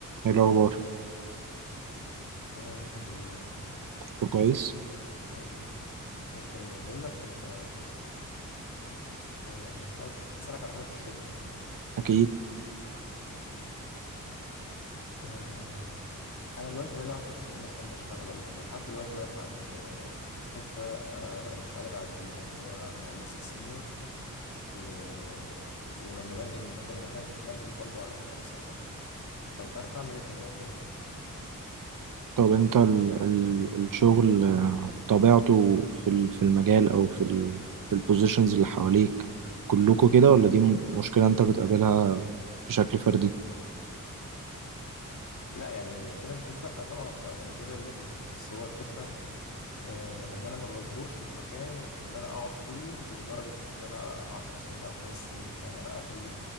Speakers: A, on the right (about 70°); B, on the left (about 60°).
A: ايه الأخبار؟
B: تمام الحمد لله
A: كله كويس؟
B: آه نشكر الله بقول لك انت آه كنت عايز اسالك على حاجه في الشغل يعني
A: أكيد
B: آه انا دلوقتي بقالي 10 سنين مثلا بشتغل ولا حاجه ولحد دلوقتي واقف عند آه، حته آه مش قادر اعديها اللي هو انا لسه سينيور و... ولما بنقل من مكان لمكان بنقل برضو على ان انا سينيور فمش عارف اعمل ايه في الموضوع ده
A: طب أنت ال ال الشغل آه، طبيعته في ال في المجال أو في ال في البوزيشنز اللي حواليك كلكوا كده ولا دي م- مشكلة أنت بتقابلها بشكل فردي؟
B: لا يعني في ناس بتترقى طبعا وبتبقى مانجيريال ليفلز بس هو الفكره آه، ان انا ما بصبرش في مكان ان انا اقعد فيه لدرجه ان انا 10 سنين او خمس سنين فاهم انا اخري